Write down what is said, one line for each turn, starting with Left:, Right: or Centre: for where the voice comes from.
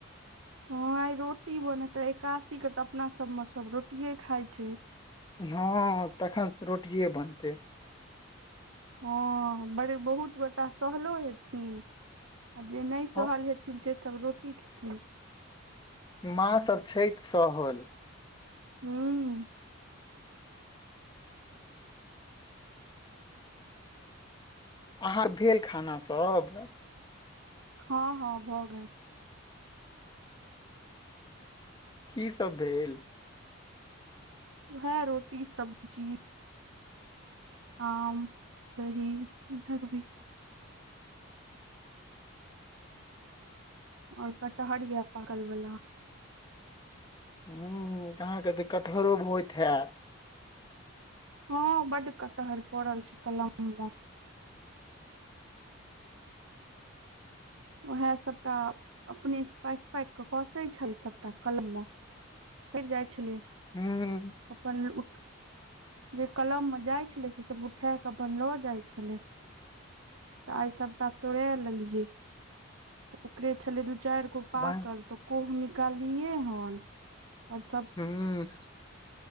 Right: हँ आइ रोटी बनेते एकादशी के तऽ अपना सबमे सब रोटिये खाय छै
Left: हँ तखन रोटए बनतै
Right: हँ बड़े बहुत गोटा सहलो हेथिन आ जे नहि सहल
Left: हँ
Right: हेथिन सेसभ रोटी खेथिन
Left: माँ सब छै सहल
Right: ह्म
Left: अहाँ भेल खाना सब
Right: हँ हँ भऽ गेल
Left: की सब भेल
Right: उहै रोटी सब्जी आम दही इहे त भेल आओर कटहर यै पाकलवला
Left: हऽ अहाँके तऽ कटहरो होइत हैत
Right: हँ बड कटहर पड़ल छै कलम मे उएह सबटा अपने से पाकि पाकि केऽ कसे छै सबटा कलम मँ सरि जाइ छलियै
Left: हूं
Right: अपन उस जे कलम मे जाइ छले से सब उठा के अपन लो जाइ छले तऽ आइ सबटा तोड़े लेलियै ओकरे छलै दू चारि गो पाकल
Left: बन
Right: तऽ कोह निकालियै हन आओर सब
Left: हूँ